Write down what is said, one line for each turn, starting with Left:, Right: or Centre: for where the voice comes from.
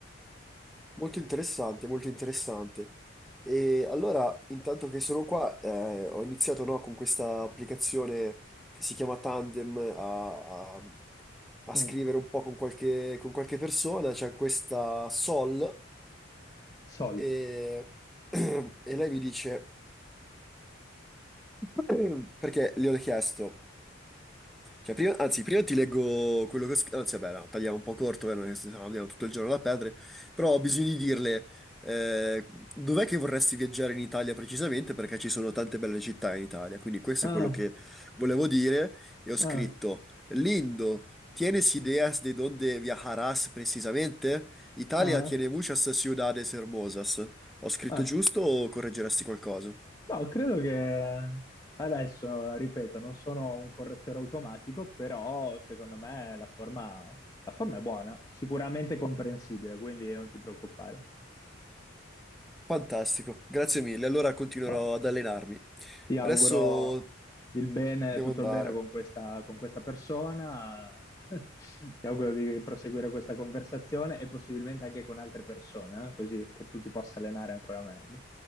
Centre: Molto interessante, molto interessante. E allora, intanto che sono qua, eh, ho iniziato, no, con questa applicazione che si chiama Tandem a, a- a
Left: Mm,
Centre: scrivere un po' con qualche, con qualche persona. C'è questa Sol
Left: sol.
Centre: e, <clears throat> e lei mi dice... <clears throat> Perché gli ho chiesto, cioè, prima- anzi, prima ti leggo quello che ho scritto, anzi, vabbè, no, tagliamo un po' corto, vero? Che stiamo abbiamo tutto il giorno da perdere, però ho bisogno di dirle, eh, dov'è che vorresti viaggiare in Italia precisamente? Perché ci sono tante belle città in Italia, quindi questo
Left: Ah,
Centre: è quello che volevo dire e ho scritto,
Left: ah,
Centre: Lindo, ¿tienes ideas de dónde viajarás precisamente? Italia
Left: ah,
Centre: tiene muchas ciudades hermosas. Ho scritto
Left: ah.
Centre: giusto o correggeresti qualcosa?
Left: No, credo che adesso, ripeto, non sono un correttore automatico, però secondo me la forma, la forma è buona, sicuramente comprensibile, quindi non ti preoccupare.
Centre: Fantastico, grazie mille. Allora continuerò
Left: Boh,
Centre: ad allenarmi.
Left: ti auguro
Centre: Adesso
Left: il bene,
Centre: devo
Left: tutto
Centre: andare.
Left: il bene con questa, con questa persona. <laughs> Ti auguro di proseguire questa conversazione e possibilmente anche con altre persone, eh, Così che tu ti possa allenare ancora meglio.